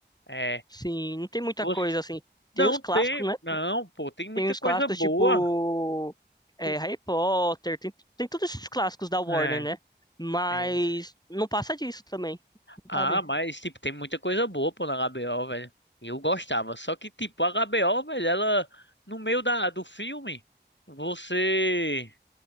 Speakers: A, on the left; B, on the left.
A: É.
B: Sim, não tem muita
A: Você
B: coisa assim. Tem
A: não
B: os clássicos,
A: tem.
B: né?
A: Não, pô, tem muita
B: Tem os
A: coisa
B: clássicos
A: boa.
B: tipo é,
A: Tu-
B: Harry Potter, tem, tem todos esses clássicos da Warner,
A: É,
B: né? Mas
A: é isso.
B: não passa disso também,
A: Ah,
B: sabe?
A: mas, tipo, tem muita coisa boa, pô, na HBO, velho. Eu gostava. Só que, tipo, a HBO, velho, ela. No meio da, do filme, você.